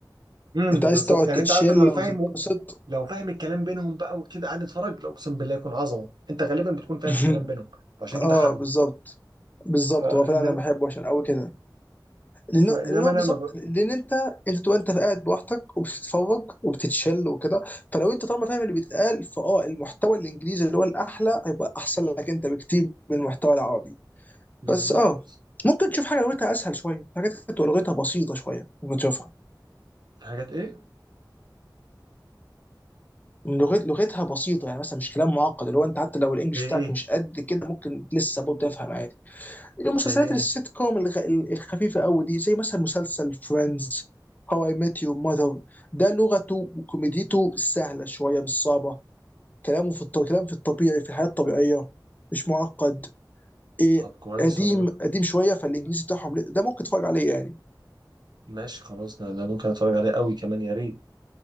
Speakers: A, on the right; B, on the left.
A: امم
B: انت عايز
A: بالظبط
B: تقعد
A: يعني
B: تتشل
A: أنت عارف إن هو
B: وتتبسط
A: فاهم لو فاهم الكلام بينهم بقى وكده قاعد اتفرج لا اقسم بالله يكون عظمه انت غالبا بتكون فاهم
B: <laughs>
A: الكلام بينهم عشان كده
B: اه
A: حبه
B: بالظبط بالظبط
A: فانما
B: هو فعلا انا بحبه عشان قوي كده لان
A: فانما
B: اللي هو
A: انا
B: بالظبط
A: ما ب...
B: لان انت انت تبقى انت قاعد لوحدك وبتتفرج وبتتشل وكده فلو انت طالما فاهم اللي بيتقال فاه المحتوى الانجليزي اللي هو الاحلى هيبقى احسن لك انت بكتير من المحتوى العربي
A: بالظبط
B: بس اه ممكن تشوف حاجه لغتها اسهل شويه حاجات كانت لغتها بسيطه شويه ممكن تشوفها
A: في حاجات ايه
B: لغت لغتها بسيطه يعني مثلا مش كلام معقد اللي هو انت حتى لو الانجليش
A: زي ايه
B: بتاعك مش قد كده ممكن لسه برضه تفهم عادي المسلسلات
A: زي ايه
B: السيت كوم الغ- ال- الخفيفه قوي دي زي مثلا مسلسل فريندز هاو اي ميت يور ماذر ده لغته وكوميديته سهله شويه مش صعبه كلامه في الط... كلام في الطبيعي في الحياه الطبيعيه مش معقد إيه
A: طب كويس
B: قديم
A: والله
B: قديم شويه فالانجليزي بتاعهم ل- ده ممكن تتفرج عليه يعني
A: ماشي خلاص ده ده ممكن اتفرج عليه قوي كمان يا ريت